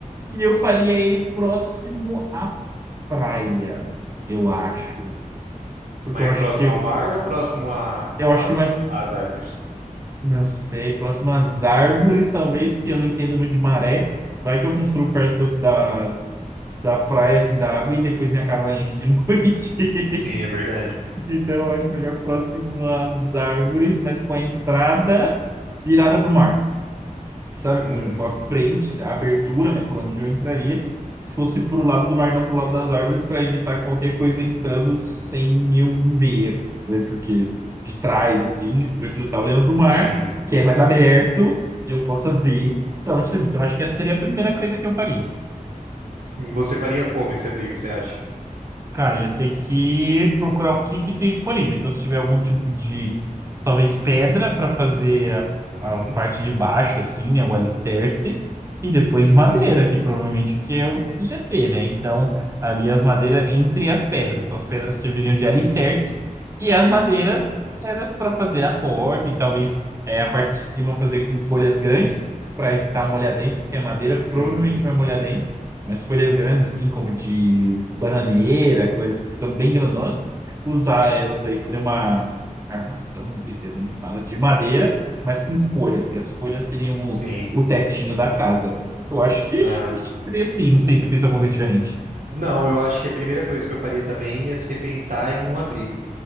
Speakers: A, on the right; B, on the right.
A: E eu faria ele próximo à praia, eu acho. Porque
B: mais
A: eu acho
B: próximo
A: que
B: ao mar ou próximo a,
A: eu
B: às,
A: acho que mais,
B: às árvores?
A: não sei, próximo às árvores, talvez, porque eu não entendo muito de maré. Vai que eu construo perto da, da praia, assim, da água, e depois minha casa enche de <laughs> noite.
B: Sim, é verdade.
A: Então, eu acho melhor próximo às árvores, mas com a entrada virada para o mar, sabe?
B: Hum,
A: Com, com a frente, a abertura, né, por onde eu entraria, fosse para o lado do mar, não para o lado das árvores, para evitar qualquer coisa entrando sem eu ver, né? Porque de trás, assim, eu prefiro estar olhando para o mar,
B: sim.
A: que é mais aberto, e eu possa ver de onde está vindo. Então, acho que essa seria a primeira coisa que eu faria.
B: E Você faria como esse abrigo, você acha?
A: Cara, ia ter que procurar o que que tem disponível. Então, se tiver algum tipo de, talvez, pedra para fazer a,
B: Uhum.
A: a parte de baixo, assim, né? O alicerce. E depois
B: <laughs>
A: madeira, que provavelmente que é o que ia ter, né? Então, ali as madeiras entre as pedras. Então, as pedras serviriam de alicerce e as madeiras eram para fazer a porta e talvez é, a parte de cima fazer com folhas grandes para evitar molhar dentro, porque a madeira
B: Uhum.
A: provavelmente vai molhar dentro. Mas folhas grandes, assim, como de bananeira, coisas que são bem grandonas, usar elas aí, fazer uma armação, não sei se é assim que fala, de madeira, mas com folhas, que as folhas seriam o,
B: Sim.
A: o tetinho da casa. Eu acho que, acho
B: Ah.
A: que seria assim, não sei se pensa alguma coisa diferente.
B: Não, eu acho que a primeira coisa que eu faria também ia ser pensar em um abrigo.